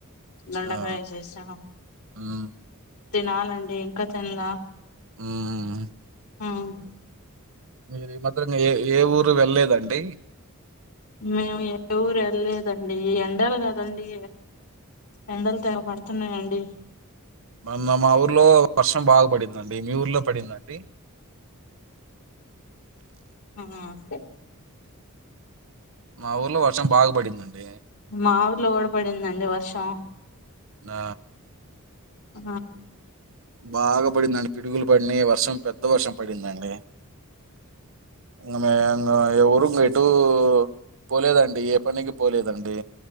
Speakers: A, on the left; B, on the right.
A: దొండకాయ
B: ఆ
A: చేసాను
B: మ్మ్
A: తినాలండి ఇంకా తిన్లే
B: ఉమ్
A: ఉమ్
B: మీరు మాత్రం ఏ ఏ ఊరు వెళ్లలేదండి
A: మేము ఏ ఊరు వెళ్లేదండి ఎండలు కదండి ఎండలు తెగ కొడుతున్నాయండి
B: మ మా ఊర్లో వర్షం బాగా పడిందండి మీ ఊర్లో పడిందా అండి
A: ఉహు
B: మా ఊర్లో వర్షం బాగ పడిందండి
A: మా ఊర్లో కూడ పడిందండి వర్షం
B: ఆ
A: ఆ
B: బాగా పడిందండి పిడుగులు పడినయి వర్షం పెద్ద వర్షం పడిందండి <unintelligible> మే ఇంగ ఏ ఊరు ఇటు పోలేదండి ఏ పనికి పోలేదండి